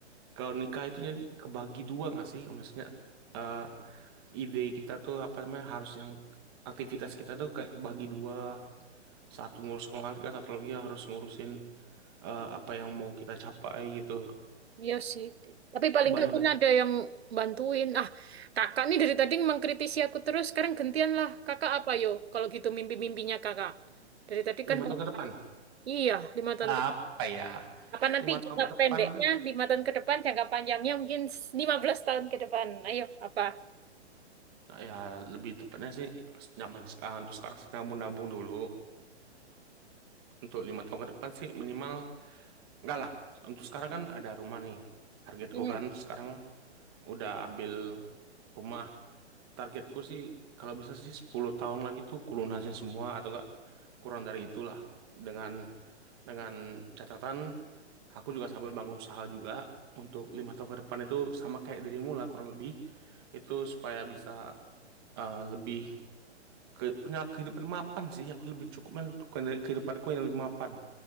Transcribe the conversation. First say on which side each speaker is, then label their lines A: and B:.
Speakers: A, on the right; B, on the right.
A: Kalau nikah itu jadi kebagi dua nggak sih? Maksudnya eh ide kita tuh apa namanya harus yang aktivitas kita tuh kayak bagi dua, satu ngurus keluarga, satu lagi harus ngurusin eh, apa yang mau kita capai gitu.
B: iya sih. Tapi paling
A: Kebayang
B: enggak kan
A: nggak?
B: ada yang bantuin. Ah, kakak nih dari tadi mengkritisi aku terus. Sekarang gantian lah. Kakak apa yo? Kalau gitu mimpi-mimpinya kakak. Dari tadi
A: lima
B: kan kakak.
A: tahun ke depan,
B: Iya, lima tahun
A: Apa
B: ke
A: ya?
B: Apa nanti
A: lima tahun
B: jangka
A: ke depan,
B: pendeknya, lima tahun ke depan, jangka panjangnya mungkin 15 tahun ke depan. Ayo, apa?
A: nah, ya lebih tepatnya sih zaman sekarang untuk sekarang sih nabung-nabung dulu. Untuk lima tahun ke depan sih minimal enggak lah. Untuk sekarang kan ada rumah nih, targetku
B: Hmm.
A: kan sekarang udah ambil rumah targetku sih kalau bisa sih 10 tahun lagi tuh kulunasin semua atau enggak kurang dari itulah dengan dengan catatan aku juga sambil bangun usaha juga untuk lima tahun ke depan itu sama kayak dirimu lah kurang lebih itu supaya bisa eh, lebih ke, punya kehidupan mapan sih aku lebih cukup menentukan dari kehidupanku yang lebih mapan